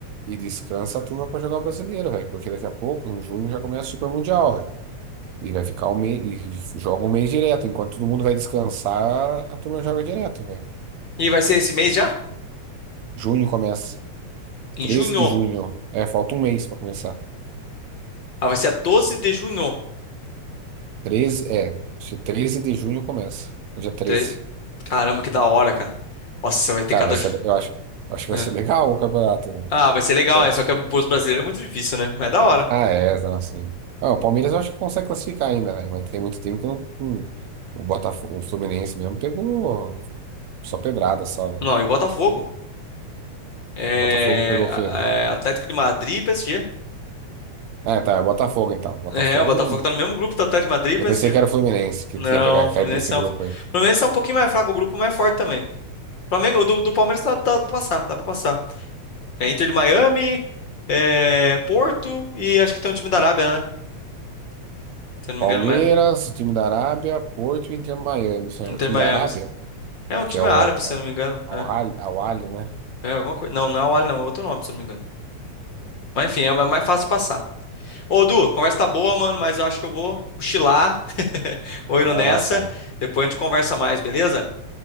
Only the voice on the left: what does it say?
E vai ser esse mês já?
Em
junho.
Ah, vai ser a 12 de junho.
Tre- Caramba, que da hora, cara. Nossa, vai ter
cada.
ju-
Ah,
Ah, vai ser legal,
é. Só que pros brasileiros é muito difícil, né? Mas é da hora.
Não, e o Botafogo? É,
é Atlético de Madrid e PSG.
É, o Botafogo
tá no mesmo grupo do Atlético de Madrid e
PSG.
Não,
o Fluminense
não.
O
Fluminense tá um pouquinho mais fraco, o grupo mais forte também. Flamengo, o do, do Palmeiras tá, dá pra passar, dá pra passar. É Inter de Miami, é Porto e acho que tem um time da Arábia, né? Se eu não
me engano, mas
Inter
de Miami.
É um time
árabe,
se eu não me engano.
É, é alguma coisa. Não, não é o Al, não, é outro nome, se eu não me engano. Mas enfim, é mais mais fácil de passar. Ô, Du, conversa tá boa, mano, mas eu acho que eu vou cochilar. <laughs> Vou
indo nessa.
Depois a gente conversa mais, beleza?